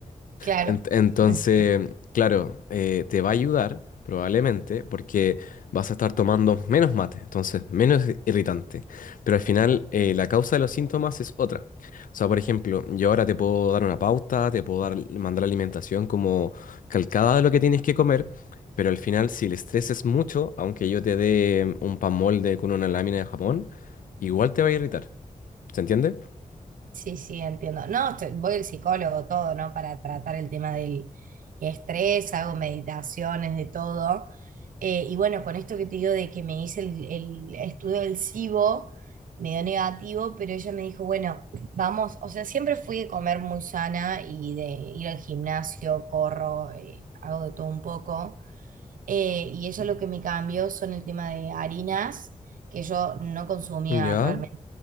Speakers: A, on the right; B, on the left.
A: claro.
B: Ent- Entonces,
A: <laughs>
B: claro, eh, te va a ayudar probablemente porque vas a estar tomando menos mate, entonces menos irritante. Pero al final eh, la causa de los síntomas es otra. O sea, por ejemplo, yo ahora te puedo dar una pauta, te puedo dar, mandar alimentación como calcada de lo que tienes que comer, pero al final si el estrés es mucho, aunque yo te dé un pan molde con una lámina de jamón, igual te va a irritar. ¿Se entiende?
A: Sí, sí, entiendo. No, estoy- voy al psicólogo todo, ¿no? Para tratar el tema del estrés, hago meditaciones, de todo. Eh, y bueno, con esto que te digo de que me hice el, el estudio del SIBO, me dio negativo, pero ella me dijo, bueno, vamos, o sea, siempre fui de comer muy sana y de ir al gimnasio, corro, eh, hago de todo un poco. Eh, y eso lo que me cambió son el tema de harinas, que yo no consumía
B: Ya.
A: realmente